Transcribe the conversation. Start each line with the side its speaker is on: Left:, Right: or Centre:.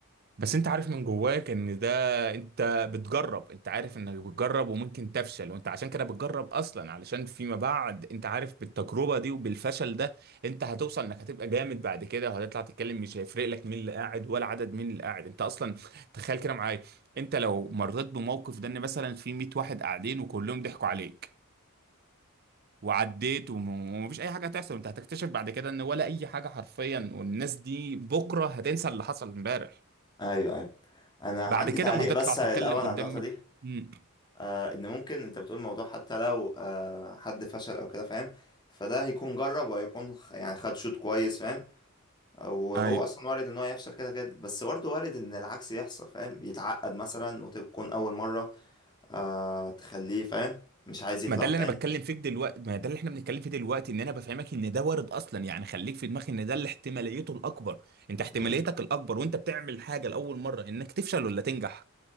Right: بس انت عارف من جواك ان ده انت بتجرب انت عارف انك بتجرب وممكن تفشل وانت عشان كده بتجرب اصلا علشان فيما بعد انت عارف بالتجربة دي وبالفشل ده انت هتوصل انك هتبقى جامد بعد كده وهتطلع تتكلم مش هيفرق لك مين اللي قاعد ولا عدد مين اللي قاعد انت اصلا تخيل كده معايا انت لو مريت بموقف ده ان مثلا في 100 واحد قاعدين وكلهم ضحكوا عليك وعديت وم- ومفيش اي حاجه هتحصل انت هتكتشف بعد كده ان ولا اي حاجه حرفيا والناس دي بكره هتنسى اللي حصل امبارح
Left: ايوه ايوه انا
Right: بعد
Left: عندي
Right: كده
Left: تعليق
Right: ما هتطلع
Left: بس
Right: تتكلم
Left: الاول
Right: قدام
Left: على النقطه دي
Right: مم.
Left: آه ان ممكن انت بتقول موضوع حتى لو آه حد فشل او كده فاهم فده هيكون جرب وهيكون خ- يعني خد شوط كويس فاهم وهو
Right: ايوه
Left: اصلا وارد ان هو يفشل كده كده بس برضه وارد ان العكس يحصل فاهم يتعقد مثلا وتكون اول مره آه تخليه فاهم مش عايز يطلع
Right: ما ده اللي
Left: تاني
Right: انا بتكلم فيه دلوقتي ما ده اللي احنا بنتكلم فيه دلوقتي ان انا بفهمك ان ده وارد اصلا يعني خليك في دماغك ان ده اللي احتماليته الاكبر انت احتماليتك
Left: امم
Right: الاكبر وانت بتعمل حاجه لاول مره انك تفشل ولا تنجح